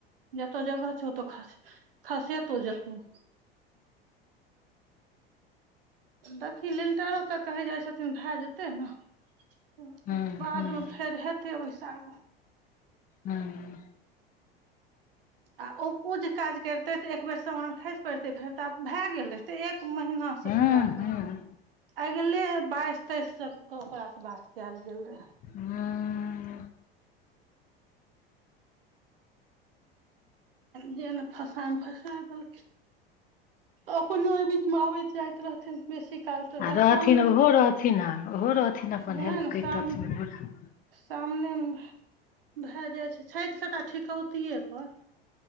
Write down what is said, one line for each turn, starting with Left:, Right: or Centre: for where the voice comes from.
Right: जतऽ जगह छौ ओतऽ खस खसेतौ जेतौ देखही लिल्टरो तक कहै जाइ छथिन भए जेतै ने तऽ
Left: हँ
Right: बादमे
Left: हँ
Right: फेर हेतै ओहिसँ आगू
Left: हँ
Right: आ ओ ओ जे काज करते तऽ एक बेर समान खसि पड़तै फेर तऽ आब भए गेल रहितै एक महीनासँ
Left: हँ
Right: ओकरासँ
Left: हँ
Right: आगले बाइस तेइस के ओकरासँ बात कयल गेल रहै
Left: ह्म
Right: जेन फसान फसाय देलखिन अपनो एहि बीचमे आबैत जाइत रहथिन बेसी काल तऽ रह
Left: आ रहथिन
Right: सामने
Left: ओहो रहथिन ओहो रहथिन अपन
Right: उएह
Left: हेल्प
Right: ने साम
Left: करितथिन रहथिन
Right: सामने मे भए जाय छै छै तऽ सबटा ठिकौतिये पर